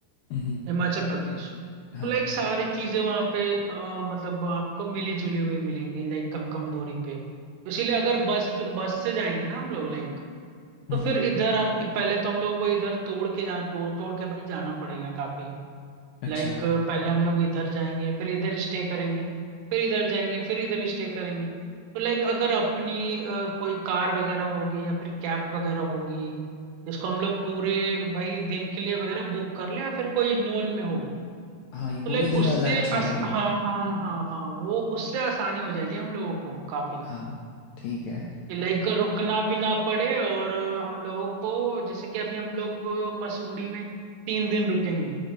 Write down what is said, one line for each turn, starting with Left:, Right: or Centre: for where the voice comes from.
Left: हम्म
Right: हिमाचल प्रदेश
Left: हाँ
Right: तो लाइक सारी चीजें वहाँ पे अ, मतलब आपको मिली जुली हुई मिलेंगी लाइक कम कम दूरी पे इसीलिए अगर बस बस से जाएंगे ना हम लोग लाइक
Left: हम्म
Right: तो फिर इधर हम पहले तो हम लोगों को इधर तोड़ के जाना तोड़ तोड़ के भाई जाना पड़ेगा काफी
Left: अच्छा
Right: लाइक पहले हम लोग इधर जाएंगे फिर इधर स्टे करेंगे फिर इधर जाएंगे फिर इधर स्टे करेंगे तो लाइक अगर अपनी अ, कोई कार वगैरह होगी या फिर कैब वगैरह होगी जिसको हम लोग पूरे भाई दिन के लिए वगैरह बुक कर ले या फिर कोई नोन में हो
Left: हाँ ये
Right: तो
Left: पूरे
Right: लाइक उससे
Left: दिन वाला अच्छा
Right: अस,
Left: आइडिया
Right: हाँ
Left: है
Right: हाँ हाँ हाँ वो उससे आसानी हो जाएगी हम लोगों को काफी
Left: हाँ ठीक है
Right: लाइक रुकना भी ना पड़े और अ, हम लोगों को जैसे कि अभी हम लोग अ, मसूरी में तीन दिन रुकेंगे